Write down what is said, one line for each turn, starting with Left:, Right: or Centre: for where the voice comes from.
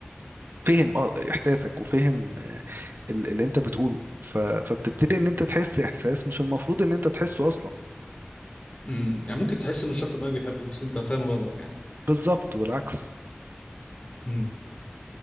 Right: فهم اه احساسك وفهم آه، ال- اللي انت بتقوله ف... فبتبتدي ان انت تحس احساس مش المفروض ان انت تحسه اصلا
Left: امم يعني ممكن تحس ان الشخص ده بيحبك بس انت فاهم غلط يعني
Right: بالظبط والعكس
Left: امم